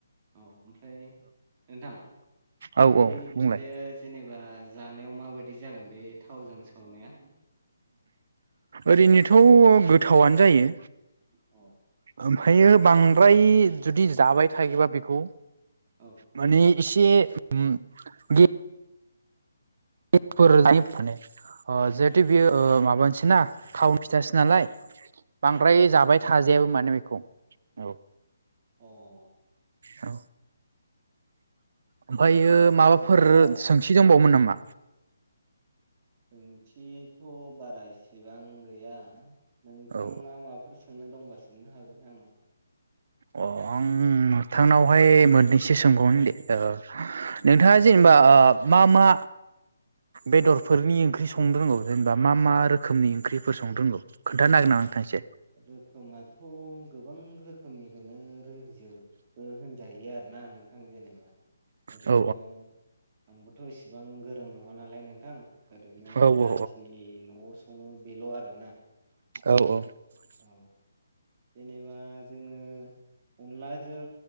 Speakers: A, on the right; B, on the right.
A: औ ओमफ्राय नोंथां
B: औ
A: बे
B: औ बुंलाय
A: फिथाया जेनेबा जानायाव माबायदि जागोन बे थावजों सावनाया?
B: ओरैनोथ' गोथाव आनो जायो।
A: औ
B: ओमफायो बांद्राय जुदि जाबाय थायोबा बेखौ
A: औ
B: माने एसे उम गे <unintelligible> फोर जायो फाने ओ जोहाथे बियो
A: औ
B: माबानिसोना थावनि फिथासो नालाय बांद्राय जाबाय
A: औ
B: थाजायाबो माने बेखौ औ।
A: अ'
B: औ फायो माबाफोर
A: होमबा
B: सोंथि दंबावोमोन नामा?
A: सोंथिथ' बारा एसेबां गैया नोंथाङा
B: औ
A: माबाफोर सोंनो दंबा सोंनो हागोन आंनाव।
B: अ' आं नोथांनावहाय मोननैसो सोंबावनो दे ओ
A: औ
B: नोंथाङा जे बा मा मा बेदरफोरनि ओंख्रि संनो रोंबा जेनेबा मा मा रोखोमनि ओंख्रिफोर संनो रोंगौ खोन्थानो हागोन नामा नोंथाङा एसे?
A: रोखोमाथ' गोबां रोखोमनिखौनो रोंजोबबो होनजायो आरो ना नोंथां जेनेबा ओरैनो
B: औ
A: आं बोथ' इसेबां गोरों नङा नालाय नोंथां ओरैनो
B: औ औ
A: जाखिनि न'आव सङो बेल' आरोना।
B: औ औ <inaudible>
A: औ जेनेबा जोङो अनलाजों